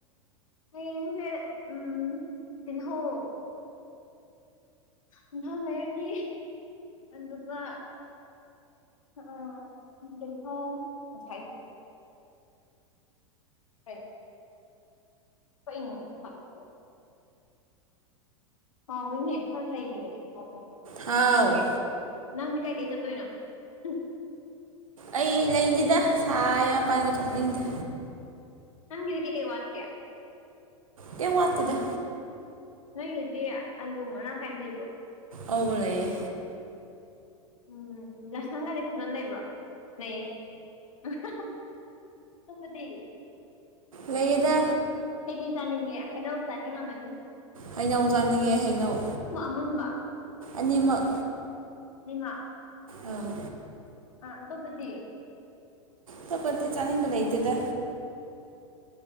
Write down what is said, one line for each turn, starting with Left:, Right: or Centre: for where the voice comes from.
Left: ꯍꯌꯦꯡꯁꯦ ꯎꯝ ꯇꯤꯟꯍꯧ ꯇꯤꯟꯍꯧ ꯂꯩꯔꯅꯤ ꯑꯗꯨꯒ ꯑꯥ ꯇꯤꯟꯍꯧ ꯍꯨꯖꯤꯛ ꯍꯥꯢꯔꯝꯃꯤꯗꯣ ꯀꯩ ꯀꯩ ꯀꯩꯅꯣ ꯄꯤꯁꯥ ꯀ ꯕꯣ ꯍꯥꯎꯋꯤꯅꯦ ꯈꯔ ꯂꯩꯈꯤꯕꯅꯦ ꯉꯈꯣ
Right: ꯊꯥꯎ
Left: ꯅꯪꯗꯤ ꯀꯩ ꯀꯩ ꯆꯠꯇꯣꯏꯅꯣ ꯎꯝ
Right: ꯑꯩ ꯂꯩꯅꯤꯗ ꯁꯥꯢ ꯃꯄꯥꯟꯒ ꯊꯣꯛꯅꯤꯡꯗꯦ
Left: ꯅꯪꯒꯤꯗꯤ ꯀꯩ ꯀꯩ ꯋꯥꯠꯀꯦ
Right: ꯀꯩꯝ ꯋꯥꯠꯇꯦꯗ
Left: ꯅꯣꯏꯒꯤꯗꯤ ꯑꯂꯨ ꯃꯔꯥꯡ ꯀꯥꯏꯅ ꯂꯩꯕ꯭ꯔꯣ
Right: ꯑꯧ ꯂꯩꯌꯦ
Left: ꯎꯝ ꯂꯥꯏꯁꯪꯒꯗꯤ ꯐꯖꯅ ꯂꯩꯕ꯭ꯔꯣ ꯂꯩꯌꯦ ꯑꯍꯥꯍꯥ ꯆꯠꯄꯗꯤ
Right: ꯂꯩꯌꯦꯗ
Left: ꯀꯩꯀꯩ ꯆꯥꯅꯤꯡꯉꯦ ꯍꯩꯅꯧ ꯆꯥꯅꯤꯡ ꯗꯩ ꯉꯝꯃꯅꯤ
Right: ꯍꯩꯅꯧ ꯆꯥꯅꯤꯡꯉꯦ ꯍꯩꯅꯧ
Left: ꯑꯃꯨꯟꯕ
Right: ꯑꯅꯤꯃꯛ
Left: ꯅꯤꯃꯛ
Right: ꯑꯧ
Left: ꯑꯥ ꯑꯇꯣꯞꯄꯗꯤ
Right: ꯇꯣꯞꯄꯗꯤ ꯆꯥꯅꯤꯡꯕ ꯂꯩꯇꯦꯗ